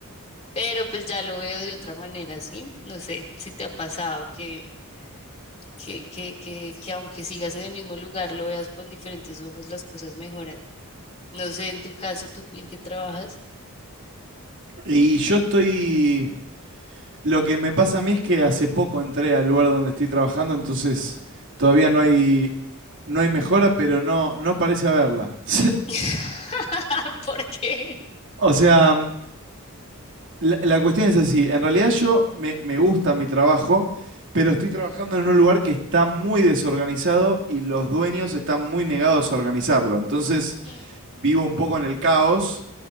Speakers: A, on the left (about 30°); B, on the right (about 60°).
A: pero pues ya lo veo de otra manera, ¿sí? No sé si te ha pasado que... Que, que, que, que aunque sigas en el mismo lugar, lo veas con diferentes ojos, las cosas mejoran. No sé, en tu caso, ¿tú en qué trabajas?
B: Y yo estoy... Lo que me pasa a mí es que hace poco entré al lugar donde estoy trabajando, entonces todavía no hay, no hay mejora, pero no, no parece haberla. <laughs>
A: <laughs> ¿Por qué?
B: O sea, la, la cuestión es así. En realidad yo me, me gusta mi trabajo, pero estoy trabajando en un lugar que está muy desorganizado y los dueños están muy negados a organizarlo. Entonces
A: Mm.
B: vivo un poco en el caos.